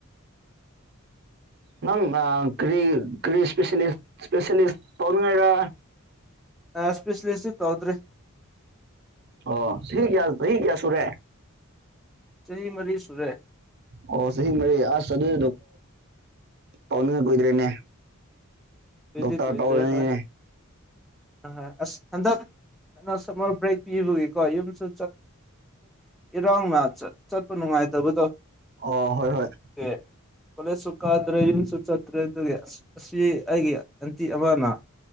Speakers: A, on the right; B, in the centre.
A: ꯅꯪ ꯀꯔꯤ ꯀꯔꯤ ꯏꯁ ꯏꯁꯄꯦꯁꯁ ꯇꯧꯅꯤꯡꯉꯥꯏꯔ
B: ꯏꯁꯄꯤꯁꯂꯤꯦꯁꯤ ꯇꯧꯗ꯭ꯔꯔꯤ
A: ꯑꯣ ꯁꯤꯒ ꯊꯒ ꯁꯨꯔꯦ
B: ꯆꯍꯤ ꯃꯔꯤ ꯁꯨꯔꯦ
A: ꯑꯣ ꯁꯤꯍꯤ ꯃꯔ ꯑ ꯆꯗ ꯄꯥꯎꯅꯤꯡꯉ ꯀꯨꯏꯗ꯭ꯔꯦꯅꯦ
B: ꯀꯨꯏꯗꯤ
A: ꯗꯣ ꯇꯔ
B: ꯀꯨꯏꯗ꯭ꯔꯦ
A: ꯇꯧꯔꯅꯤꯅꯦ
B: ꯍꯣꯏ ꯑ ꯍꯣꯏ ꯑꯁ ꯍꯟꯗꯛ ꯀꯩꯅꯣ ꯁꯝꯃꯔ ꯕ꯭ꯔꯦꯛ ꯄꯤꯔꯨꯒꯦꯀꯣ ꯌꯨꯝꯁꯨ ꯏꯔꯥꯎꯅ ꯆꯠꯄ ꯅꯨꯡꯉꯥꯏꯇꯕꯗꯣ
A: ꯑꯣ ꯍꯣꯏ ꯍꯣꯏ
B: ꯑꯗꯨꯒꯤ ꯀꯣꯂꯦꯖꯁꯨ ꯀꯥꯗ꯭ꯔꯦ ꯌꯨꯝꯁꯨ ꯆꯠꯇ꯭ꯔꯦ ꯑꯗꯨꯒꯤ ꯑꯁ ꯑꯁꯤ ꯑꯩꯒꯤ ꯑꯟꯇꯤ ꯑꯃꯅ